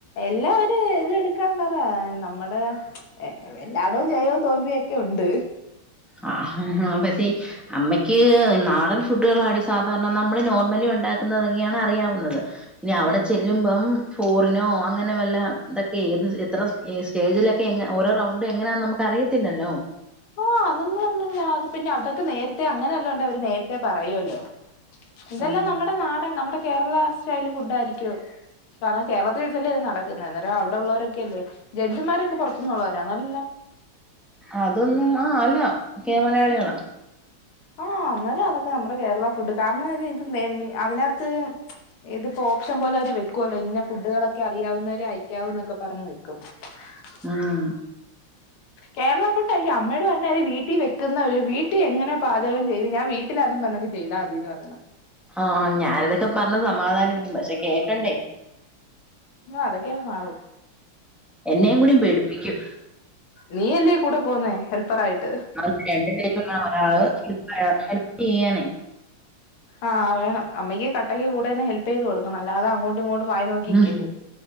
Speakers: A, on the left (about 80°); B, in the centre.
A: എല്ലാ ഒരു ഇതിൽ എടുക്കാൻ പറയാ നമ്മടെ. ഏ എല്ലാടോം ജയവും തോൽവിയൊക്കെ ഉണ്ട്
B: ആഹ് <unintelligible> അമ്മയ്ക്ക് നാടൻ ഫുഡുകളാടി സാധാരണ നമ്മള് നോർമലി ഉണ്ടാക്കുന്നതൊക്കെയാണ് അറിയാവുന്നത് ഇനി അവിടെ ചെല്ലുമ്പം ഫോറിനോ അങ്ങനെ വല്ല ഇതൊക്കെ ഏത് എത്ര സ്റ്റേജിലക്കെ ഓരോ റൌണ്ടും എങ്ങനാന്ന് നമുക്ക് അറിയത്തില്ലല്ലോ.
A: ഓ അതൊന്നും ഒന്നുമല്ല അത് പിന്നെ അതൊക്കെ നേരത്തെ അങ്ങനെവല്ലോണ്ടേ അവര് നേരത്തെ പറയോല്ലോ ഇതെല്ലാം
B: ആഹ്
A: നമ്മടെ നാടൻ നമ്മുടെ കേരള സ്റ്റൈൽ ഫുഡായിരിക്കു അത് കാരണം കേർളത്തി വെച്ചല്ലേ അത് നടക്കുന്നത് അന്നേരം അവിടെ ഉള്ളവരൊക്കെല്ലേ ജഡ്ജിമാരൊക്കെ പുറത്തുന്നുള്ളവരാനൊ അല്ലാലോ?
B: അതൊന്നും ആ അല്ല ക്കെ മലയാളികള
A: ആഹ് അനേര അതൊക്കെ നമ്മുടെ കേരള ഫുഡ് കാരണം <unintelligible> <unintelligible> അതിനകത്ത് ഇതിപ്പോ ഓപ്ഷൻ പോലെ അവര് വെക്കുവല്ലോ ഇന്ന ഫുഡുകളൊക്കെ അറിയാവുന്നവര് അയക്കാവൂന്നൊക്കെ പറഞ്ഞ് വെക്കും <unintelligible>
B: ആഹ്
A: കേരള ഫുഡായിരിക്കും അമ്മയോട് പറഞ്ഞര് വീട്ടിൽ വെക്കുന്ന <unintelligible> വീ കുട്ടി എങ്ങനെ പാചക ചെയ്ത് ഞാൻ വീട്ടിലതും പറഞങ് ചെയ്താൽ മതീ പറയണം
B: ആഹ് ഞാനിതൊക്കെ പറഞ്ഞു സമാധാനിപ്പിക്കും പക്ഷെ കേക്കണ്ടേ
A: ന അതൊക്കെ അങ്ങ് മാറും
B: എന്നേം കൂടി പേടിപ്പിക്കും
A: നീയല്ലേ കൂടെ പോന്നേ ഹെൽപ്പറായിട്ട്
B: അ രണ്ടു പേരും <unintelligible> പ്പഴോ ഹെൽപ്പ്യ്യനെ
A: ആഹ് വേണം അമ്മയ്ക്ക് കട്ടയ്ക്ക് കൂടെ നിന്ന് ഹെല്പ് ചെയ്ത് കൊടുക്കണം അല്ലാതെ അങ്ങോട് ട്ടും ഇങ്ങോട്ടും വായി നോക്കിക്കല്ലേ
B: ഉം